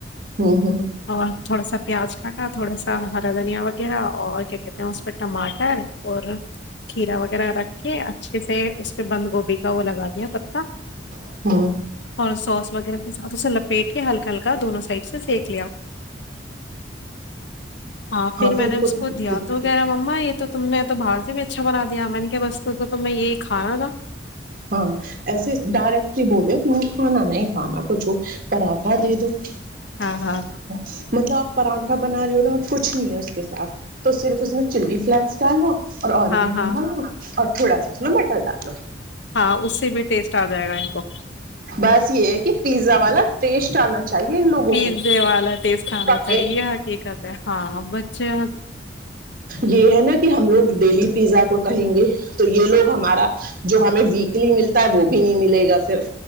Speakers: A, on the right; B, on the left.
A: ہ
B: اور تھوڑا سا پیاز کاٹا تھوڑا سا ہرا دھنیا وغیرہ اور کیا کہتے ہیں اتم اور کھیرا وغیرہ رکھ کے اچھے سے اس پہ بند گوبھی کا وہ لگا دیا تب تک
A: ہ
B: اور سو وغیرہ کے ساتھ اسے لپیٹ کے ہلکا ہلکا دونوں سائڈ سے سیک لیا ہاں پھر
A: تو
B: میں
A: ان
B: نے اس کو دیا
A: ٹھیک
B: تو
A: ہے
B: کہہ رہا ما یہ تو تم نے تو باہر سے بھی اچھا بنا دیا میں نے کیا بس تو تم یہی کھانا تھا
A: ہاں ایسے ڈائریکٹلی بول د کھانا نہیں کھانا کچھ پراٹھا دے دو <unintelligible>
B: ہاں ہاں
A: مطلب آپ پراٹھا بنا رہی ہو نا کچھ نہیں ہے اس کے ساتھ تو صرف اس میں چلی فلیکس لو اور اوررگینو
B: ہاں ہاں
A: ڈال اور تھوڑا سا اس میں بٹر ڈالو
B: ہاں اس سے بھی ٹیسٹ آ جائے گا ان کو
A: بس یہ ہے کہ پیزا والا ٹیسٹ آنا چاہیے ان لوگوں
B: پیزے والا ٹیسٹ آنا
A: کواں
B: چاہیے یہ حقیقت ہے ہاں بچے
A: یہ ہے نا کہ ہم لوگ ڈیلی پیزا کو کہیں گے تو یہ لوگ ہمارا جو ہمیں و لی ملتا ہے وہ بھی نہیں ملے گا پھر